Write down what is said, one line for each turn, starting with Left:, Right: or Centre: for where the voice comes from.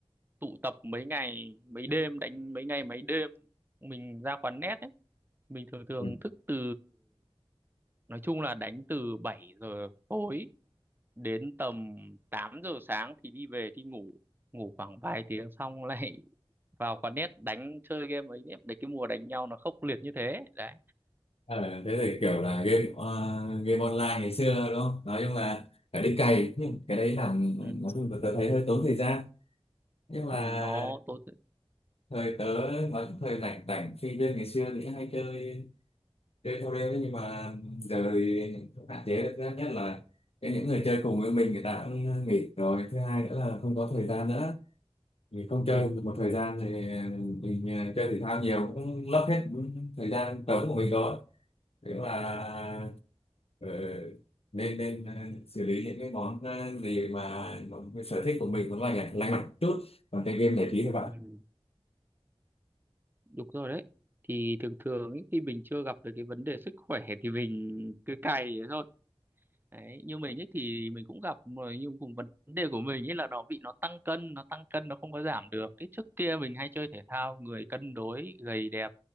Right: tụ tập mấy ngày mấy đêm đánh mấy ngày mấy đêm mình ra quán net ấy mình thường thường
Left: quỳnh.
Right: thức từ nói chung là đánh từ 7 giờ tối đến tầm 8 giờ sáng thì đi về thì ngủ ngủ khoảng vài tiếng xong lại <laughs> vào quán net đánh chơi game ấy đấy cái mùa đánh nhau nó khốc liệt như thế đấy
Left: Ờ, thế thì kiểu là game ờ, game online ngày xưa đúng không nói chung là phải đi cày nhưng cái đấy làm
Right: ừ.
Left: nói chung là tớ thấy hơi tốn thời gian nhưng mà
Right: Ừ, nó tốn
Left: thời tớ nói chung thời rảnh rảnh sinh viên ngày xưa thì hay chơi chơi theo đêm nhưng mà giờ thì cũng hạn chế được thứ nhất là cái những người chơi cùng với mình người ta cũng nghỉ rồi thứ hai nữa là không có thời gian nữa mình không
Right: ừ.
Left: chơi được một thời gian thì mình à, chơi thể thao nhiều cũng lấp hết thời gian trống của mình rồi thế là ờ, nên nên à, xử lý những cái món à, gì mà, mà cái sở thích của mình nó lành lành mạnh chút còn chơi game giải trí thôi
Right: Ừ. đúng rồi đấy thì thường thường ấy, khi mình chưa gặp được cái vấn đề sức khỏe thì mình cứ cày thế thôi đấy như mình ấy thì mình cũng gặp rồi nhưng cùng vấn đề của mình ấy là nó bị nó tăng cân nó tăng cân nó không có giảm được cái trước kia mình hay chơi thể thao người cân đối gầy đẹp